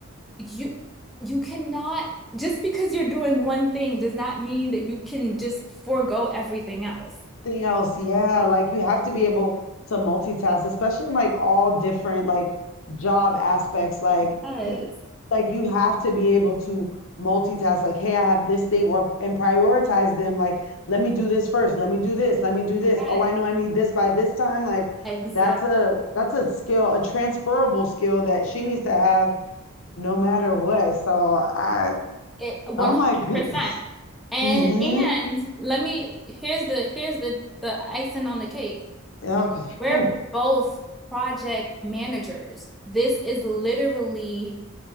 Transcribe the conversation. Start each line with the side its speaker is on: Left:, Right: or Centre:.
Centre: you you cannot just because you're doing one thing does not mean that you can just forego everything else.
Left: Thing else, yeah, like you have to be able to multitask, especially in like all different like job aspects. Like,
Centre: Yes.
Left: y- like you have to be able to multitask. Like, hey, I have this thing, or and prioritize them. Like, let me do this first. Let me do this. Let me do this. Oh,
Centre: Yes,
Left: I know I need this by this time. Like,
Centre: exactly.
Left: that's a that's a skill, a transferable skill that she needs to have no matter what. So I,
Centre: It 100%.
Left: oh my goodness.
Centre: And
Left: Mm-hmm.
Centre: and let me here's the here's the the icing on the cake.
Left: Okay.
Centre: We're
Left: <laughs> Oof.
Centre: both project managers. This is literally